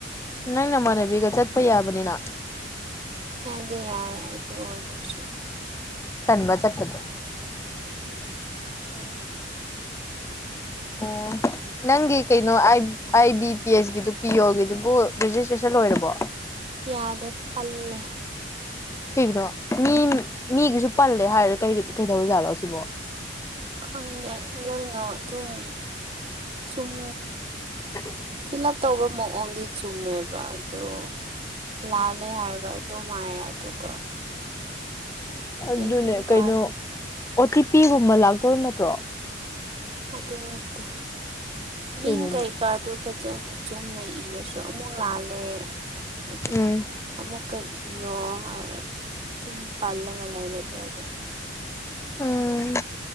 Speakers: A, on the left; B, on the right.
A: ꯅꯪ ꯅꯃꯥꯟꯅꯕꯤꯒ ꯆꯠꯄ ꯌꯥꯕꯅꯤꯅ
B: ꯌꯥꯗ ꯌꯥꯏ ꯑ ꯑꯗꯨ ꯑꯣꯏꯔꯁꯨ
A: ꯇꯟꯕ ꯆꯠꯄꯗ꯫
B: ꯎꯝ
A: ꯎꯝ ꯅꯪꯒꯤ ꯀꯩꯅꯣ ꯑꯥꯏ ꯑꯥꯢ ꯕꯤ ꯄꯤ ꯑꯦꯁ ꯒꯤꯗꯨ ꯄꯤ ꯑꯣꯒꯤꯗꯨꯕꯨ ꯔꯦꯖꯤꯁꯇ꯭ꯔꯦꯁꯟ ꯂꯣꯏꯔꯕꯣ
B: ꯌꯥꯗꯦ ꯄꯜꯂꯦ
A: ꯀꯩꯒꯤꯅꯣ ꯃꯤ ꯃꯤꯒꯤꯖꯨ ꯄꯜꯂꯦ ꯍꯥꯏꯔ ꯀꯩ ꯀꯩꯗꯧꯔ ꯖꯥꯠꯂꯣ ꯑꯁꯤꯕꯣ
B: ꯈꯪꯗꯦ ꯂꯣꯏꯅꯣ ꯑꯗꯨꯝ ꯆꯨꯝ
A: <inaudible>
B: ꯐꯤꯜ ꯎꯞ ꯇꯧꯕ ꯃꯑꯣꯡꯗꯤ ꯆꯨꯝꯃꯦꯕ ꯑꯗꯣ ꯂꯥꯜꯂꯦ ꯍꯥꯏꯔꯒ ꯑꯗꯨ ꯃꯥꯏ ꯑꯗꯨꯒ
A: ꯑꯗꯨꯅꯦ
B: ꯒ꯭ꯌꯥꯟ ꯃꯦꯟ
A: ꯀꯩꯅꯣ
B: ꯇꯥꯗꯦ
A: ꯑꯣꯇꯤꯄꯤꯒꯨꯝꯕ ꯂꯥꯛꯇꯧ ꯅꯠꯇ꯭ꯔꯣ
B: ꯑꯗꯨ ꯅꯠꯇꯦ ꯃꯤꯡ
A: ꯀꯩꯅꯣꯅꯦ
B: ꯀꯩ ꯃꯥꯗꯣ ꯐꯖꯅ ꯆꯨꯝꯅ ꯏꯔꯁꯨ ꯑꯃꯨꯛ ꯂꯥꯜꯂꯦ ꯐꯖ
A: ꯎꯝ
B: ꯑꯃꯨꯛꯀ ꯏꯌꯣ ꯍꯥꯏꯔ ꯇꯨꯝ ꯄꯜꯂꯒ ꯂꯩꯔꯦ ꯑꯗꯨꯋꯥꯏꯗ
A: ꯎꯝ